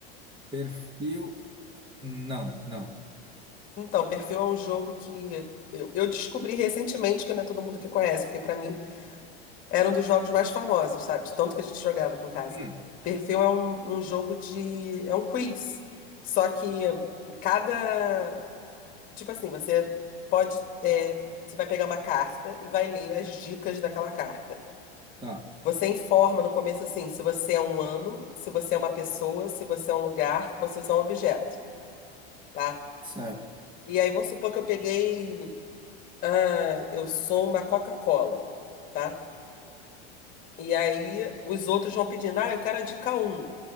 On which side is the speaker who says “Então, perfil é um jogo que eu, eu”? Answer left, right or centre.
Left